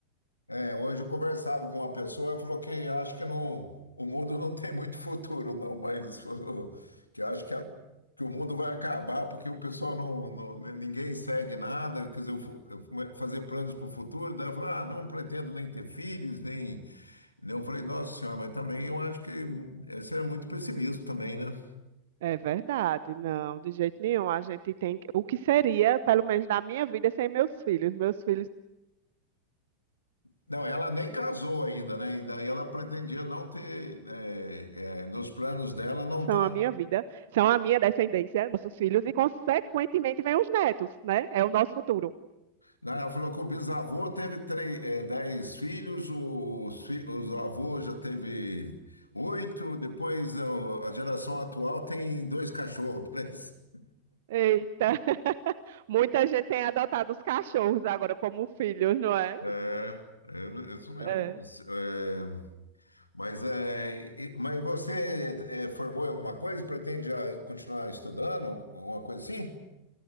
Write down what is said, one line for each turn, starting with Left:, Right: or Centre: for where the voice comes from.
Left: É, hoje eu conversava com uma pessoa, ela falou que acho que não, o mundo não tem muito futuro, não, mas falou que acho que, a- que o mundo vai acabar porque o pessoal não, não- ninguém segue nada, quer dizer, eu fu- eu fu- fazer planos para o futuro, daí eu falei, ah, não pretendo nem ter filhos, nem. Eu falei, nossa senhora, mas também eu acho que eh, você é muito pessimista também, né?
Right: É verdade, não, de jeito nenhum. A gente tem que, o que seria, pelo menos na minha vida, sem meus filhos. Meus filhos
Left: Não, ela nem casou ainda, né? E daí ela pretendia não ter, eh, eh, nos planos dela não
Right: são
Left: tá
Right: a minha vida, são a minha descendência, nossos filhos, e consequentemente vêm os netos, né? É o nosso futuro.
Left: Né? Ela falou que o bisavô teve três, eh, dez filhos, os, fi- os avôs já teve oito, depois eh, a geração atual tem dois cachorros. <laughs> por isso.
Right: Eita! <laughs> Muita gente tem adotado os cachorros agora como filhos, não é?
Left: É, é isso mesmo.
Right: É.
Left: Mas, é, mas, é, e- mas você é, formou em alguma coisa? Pretende ah, continuar estudando? Alguma coisa assim?